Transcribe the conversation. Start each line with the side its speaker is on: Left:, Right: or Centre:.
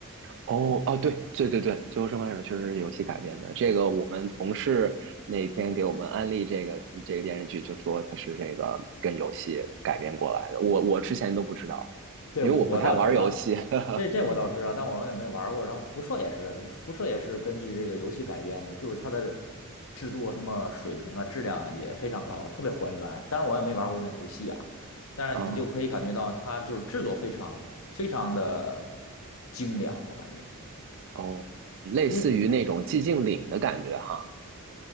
Right: 哦哦，对对对对，《最后生还者》确实是游戏改编的。这个我们同事那天给我们安利这个这个电视剧，就说它是这个跟游戏改编过来的。我我之前都不知道，
Left: 对，
Right: 因为我不太玩游戏。
Left: 我我倒知道，
Right: <laughs>
Left: 呃这这我倒知道，
Right: 嗯，
Left: 但我也没玩儿过。然后辐射也是，辐射也是根据这个游戏改编的，就是它的制作什么水平啊，质量也非常高，特别还原。当然我也没玩过那游戏啊，但是你就可以感觉到它就是制作非常非常的
Right: 哦
Left: 精良，我感觉。
Right: 哦，类似于那种寂静岭的感觉哈。
Left: 你